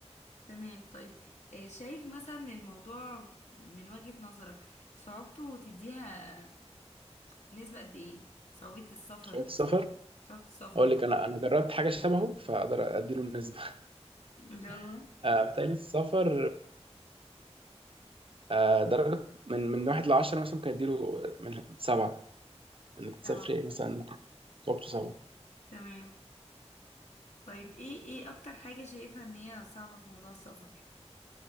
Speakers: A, on the left; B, on the right.
A: تمام طيب آه، شايف مثلا الموضوع من وجهة نظرك صعوبته تديها نسبة قد ايه صعوبة السفر
B: شوية السفر
A: صعوبة السفر
B: اقول لك انا انا جربت حاجة شبهه فاقدر اديله النسبة
A: اللي هو
B: <laughs> آه، بالتالي السفر آه، درجة من من واحد لعشرة مثلا ممكن أديله من سبعة إنك تسافري
A: طبعا
B: مثلا ممكن صعوبته صعبة
A: تمام طيب ايه ايه اكتر حاجة شايفة ان هي صعبة في موضوع السفر